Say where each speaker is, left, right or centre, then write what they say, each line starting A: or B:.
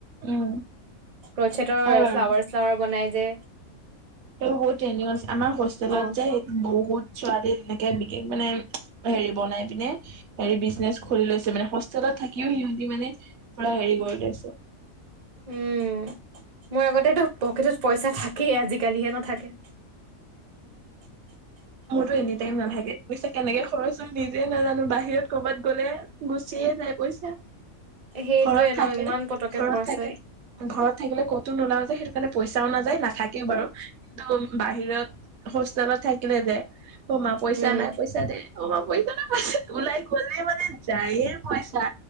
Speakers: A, on the right; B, on the right.
A: উম
B: ক্ৰছেটৰ
A: হয় বাৰু
B: ফ্লাৱাৰ চালাৱাৰ বনাই যে
A: সেইবোৰ বহুত ট্ৰেণ্ডিংত আছে। আমাৰ হোষ্টেলত
B: অ'।
A: যে বহুত ছোৱালীয়ে তেনেকে বিকে মানে হেৰি বনাই পিনে হেৰি বিজনেচ খুলি লৈছে, মানে হোষ্টেলত থাকিওঁ সিহঁতি মানে পুৰা হেৰি কৰি লৈছে।
B: উম মোৰ আগতেতো পকেটত পইচা থাকেই আজিকালিহে নথাকে। <unintelligible>
A: মোৰতো এনি টাইম নাথাকে, পইছা কেনেকে খৰচ হৈ নিজে নাজানো। বাহিৰত ক'ৰবাত গ'লে গুচিয়ে যায় বৈছা।
B: সেইটোয়ে
A: ঘৰত
B: ন
A: থাকে,
B: ইমান পতককে
A: ঘৰত
B: খৰচ
A: থাকে।
B: হয়
A: ঘৰত থাকিলে ক'তো নোলাও যায় সেইটো কাৰণে পইচাও নাযায়, নাথাকেও বাৰু। দম বাহিৰত হত থাকিলে যে' অ'মা পইচা
B: উম
A: নাই পইচা দে, অ'মা পইচা নাই ওলাই গলে মানে যায়ে পইচা।